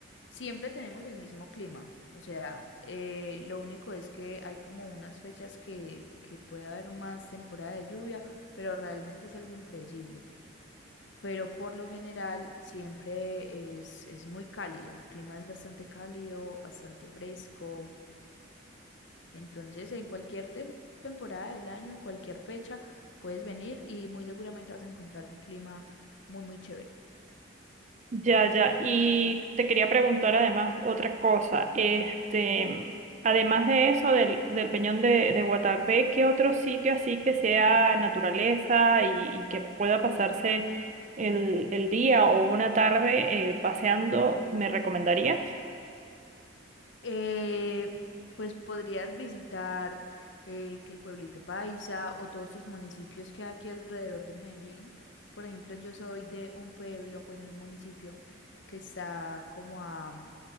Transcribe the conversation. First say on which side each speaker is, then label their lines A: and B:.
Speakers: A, on the left; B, on the right.
A: Siempre tenemos el mismo clima, o sea, eh, lo único es que hay como unas fechas que, que puede haber más temporada de lluvia, pero realmente es algo impredecible. Pero por lo general siempre es, es muy cálido, el clima es bastante cálido, bastante fresco. Entonces, en cualquier tem- temporada del año, cualquier fecha, puedes venir y muy seguramente vas a encontrar un clima muy, muy chévere.
B: Ya, ya. Y te quería preguntar además otra cosa. Este, mm, además de eso, del, del Peñón de, de Guatapé, ¿qué otro sitio así que sea naturaleza y, y que pueda pasarse el, el día o una tarde eh, paseando me recomendarías?
A: Eh, pues podrías visitar eh, que el pueblito Paisa o todos estos municipios que hay aquí alrededor de Medellín. Por ejemplo, yo soy de un pueblo, bueno, de un municipio que está como a mm,